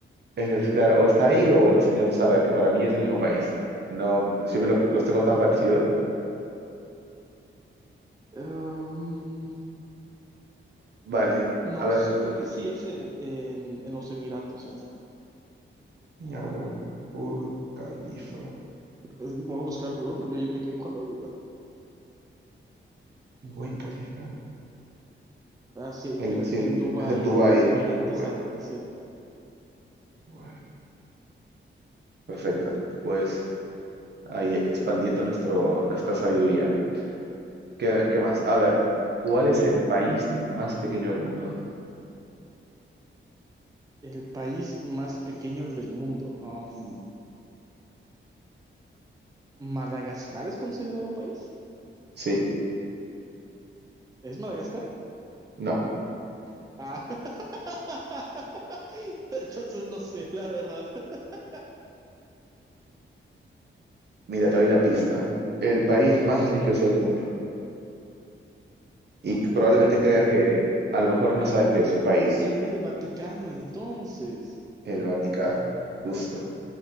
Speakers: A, on the right; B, on the right.
A: Es, claro, o está ahí o los Emiratos Árabes, que para mí es el mismo país. No, siempre los, los tengo tan parecidos.
B: Um,
A: Vale,
B: No,
A: a ver,
B: sí, creo que sí es en, en- en los Emiratos, ¿eh?
A: A ver, Burj Khalifa.
B: Eh, Voy a buscar el lugar porque yo me quedé con la duda.
A: Buen Khalifa.
B: Ah, sí,
A: el,
B: mira,
A: sí,
B: en Dubái,
A: es en Dubái,
B: en los Emiratos
A: en Dubái.
B: Árabes, sí.
A: Guay. Perfecto, pues ahí expandiendo nuestro, nuestra sabiduría. ¿Qué, qué más? A ver, ¿cuál es el país más pequeño del mundo?
B: El país más pequeño del mundo. Um, ¿Madagascar es considerado país?
A: Sí,
B: ¿Es Madagascar?
A: no,
B: Ah. <laughs> Entonces no sé, la verdad. <laughs>
A: mira, te doy una pista. El país más religioso del mundo. y probablemente creas que a lo mejor no
B: Ah,
A: sabes que es un país,
B: e- el Vaticano, entonces.
A: el Vaticano, justo.